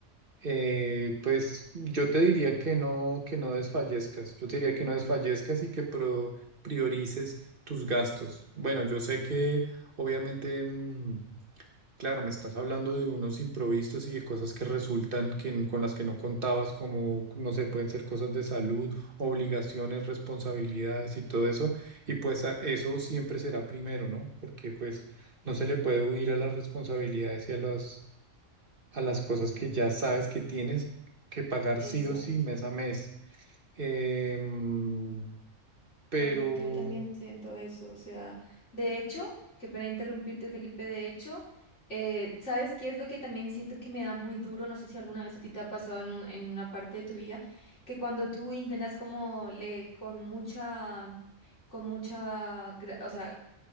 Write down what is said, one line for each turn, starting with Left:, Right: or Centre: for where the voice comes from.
Right: eh, pues yo te diría que no, que no desfallezcas, yo te diría que no desfallezcas y que pro- priorices tus gastos. Bueno, yo sé que obviamente, mm, claro, me estás hablando de unos improvisos y de cosas que resultan que, n- con las que no contabas, como, no sé, pueden ser cosas de salud, obligaciones, responsabilidades y todo eso, y pues a- eso siempre será primero, ¿no? Porque pues no se le puede huir a las responsabilidades y a las a las cosas que ya sabes que tienes que pagar
Left: Exacto.
Right: sí o sí mes a mes. Em, pero...
Left: Correcto, yo también siento eso. O sea, de hecho, que para interrumpirte, Felipe, de hecho, eh, ¿sabes qué es lo que también siento que me da muy duro? No sé si alguna vez a ti te ha pasado en, un- en una parte de tu vida, que cuando tú intentas como le, con mucha, con mucha, gra- o sea,